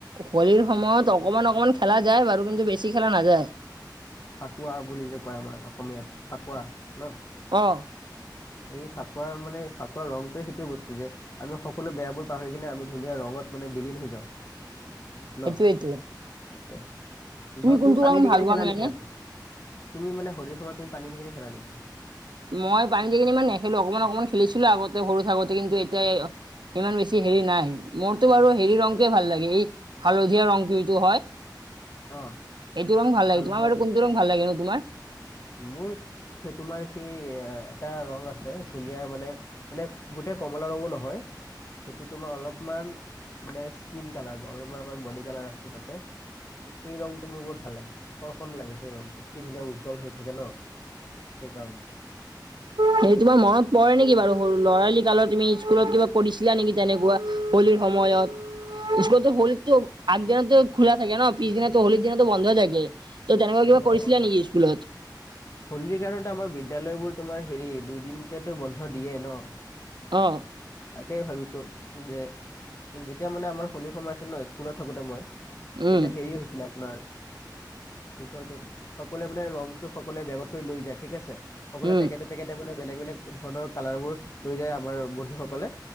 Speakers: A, on the right; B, on the left.
A: হোলীৰ সময়ত অকমান অকমান খেলা যায় বাৰু, কিন্তু বেছি খেলা নাযায়।
B: ফাকুৱা বুলি যে কয়, আমাৰ অসমীয়াত ফাকুৱা, ন?
A: অ
B: এই ফাকুৱা, মানে ফাকুৱাৰ ৰংটোৱে, সিটো বস্তু যে আমি সকলো বেয়াবোৰ পাহৰি কিনে, আমি ধুনীয়া ৰঙত মা নে, বিলীন হৈ যাওঁ। ন,
A: সেইটোয়েইটো
B: তাকে ঘৰত
A: কোনটো
B: তুমি পানী
A: ৰং
B: দি
A: ভাল
B: কেনে
A: পোৱা
B: খেলা
A: নো
B: নেকি
A: এনে
B: আকৌ? তুমি, মানে, হোলীৰ সময়ত তুমি পানী দি কিনে খেলা নেকি?
A: মই পানীকে কিনি ইমান নেখেলোঁ। অকণমান, অকণমান খেলিছিলোঁ আগতে সৰু থাকোঁতে, কিন্তু এতিয়া, এ, অ'। ইমান বেছি হেৰি নাই মোৰতো, বাৰু। হেৰি, ৰংটোৱেই ভাল লাগে। এই হালধীয়া ৰংটোটো হয়।
B: অ
A: এইটো ৰং ভাল
B: হালধীয়া
A: লাগে তোমাৰ। বাৰু,
B: ৰংটো
A: কোনটো ৰং ভাল লাগে নো তোমাৰ?
B: মোৰ, তোমাৰ সেই এ, ' এটা ৰং আছে ধুনীয়া। মানে, গোটা। কমলা ৰঙো নহয়। সেইটো তোমাৰ অলপমান, মানে, স্কিন কালাৰ, অলপ বডি কালাৰ আছে তাতে। সেই ৰংটো মোৰ বহুত ভাল লাগে। আকৰ্ষণ লাগে। সেই ৰংটো কি ধুনীয়া, উজ্জ্বল হৈ থাকে, ন? সেইকাৰ
A: সেই, তোমাৰ মনত পৰে নেকি বাৰু, সৰু ল'ৰালি কালত, তুমি? স্কুলত কিবা পৰিছিলা নেকি, তেনেকুৱা, হোলীৰ সময়ত? স্কুলতো হোলীৰতো - আগদিনাতো খোলা থাকে ন পিছদিনাটো হোলিৰ দিনাতো বন্ধ হৈ থাকে। ত, তেনেকুৱা কিবা
B: অ
A: কৰিছিলা নেকি স্কুলত?
B: হোলীৰ কাৰণত আমাৰ বিদ্যালয়বোৰ, তোমাৰ হেৰি, দুইদিনকেটো বন্ধ দিয়ে, ন?
A: অ
B: তাকেই ভাবিছোঁ যে, যেতিয়া, মানে, আমাৰ হোলীৰ সময় আহে ন, স্কুলত থাকোঁতে, মই
A: উম
B: তেতিয়া, হেৰি, হৈছিলে, আপোনাৰ, কি কয়তো, সকলোৱে, মানে, ৰংটো সম সকলে বেগত কৰি লৈ যায়, ঠিক আছে। অকলে
A: উম
B: পেকেট-পেকেটে বোলে বেলেগ বেলেগ ধৰণৰ কালাৰবোৰ লৈ যায় আমাৰ বন্ধুসকলে।